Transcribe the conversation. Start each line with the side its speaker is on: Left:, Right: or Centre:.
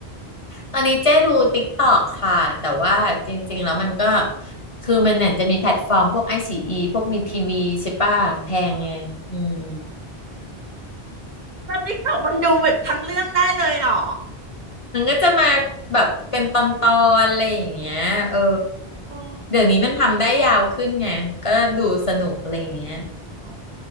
Left: ตอนนี้เจ๊ดู TikTok ค่ะแต่ว่าจริงๆแล้วมันก็คือมันเนี่ยจะมีแพลตฟอร์มพวก ICE พวกวี t v ใช่ป่ะแพงไงอืม
Right: อ๋อ แ้าติ๊กต็อกมันดูแบบทั้งเรื่องได้เลยเหรอ
Left: มันก็จะมาแบบเป็นตอนๆอะไรอย่างเงี้ยเออ
Right: อ๋อ
Left: เดี๋ยวนี้มันทำได้ยาวขึ้นไงก็ดูสนุกอะไรอย่างเงี้ย
Right: อ๋อ